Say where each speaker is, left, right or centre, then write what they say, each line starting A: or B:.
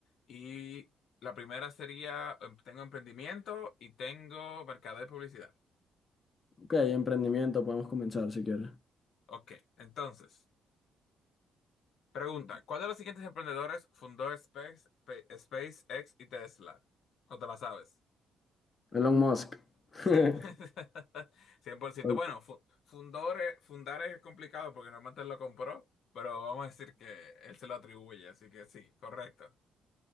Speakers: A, on the left; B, on the left.
A: Y la primera sería, em, tengo emprendimiento y tengo mercado de publicidad.
B: Ok, emprendimiento, podemos comenzar si quieres.
A: Ok, entonces, pregunta, ¿cuál de los siguientes emprendedores fundó Space, Pe- SpaceX y Tesla? ¿O te la sabes?
B: Elon Musk. <laughs>
A: Sí, <laughs> cien por ciento,
B: Ok,
A: Bueno, fu- fundor es- fundar es complicado porque normalmente él lo compró, pero vamos a decir que él se lo atribuye, así que sí, correcto.